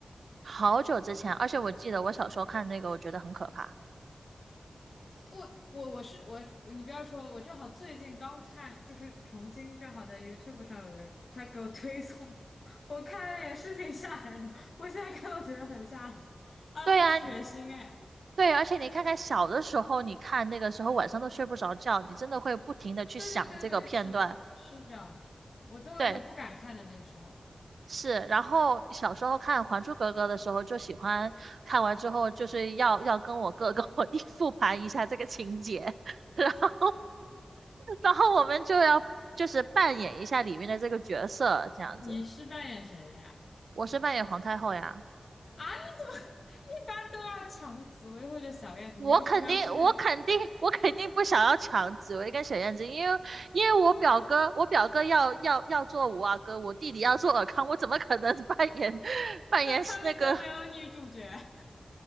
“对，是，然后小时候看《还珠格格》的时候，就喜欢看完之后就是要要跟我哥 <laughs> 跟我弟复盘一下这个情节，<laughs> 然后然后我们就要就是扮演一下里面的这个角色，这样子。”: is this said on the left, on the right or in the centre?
Right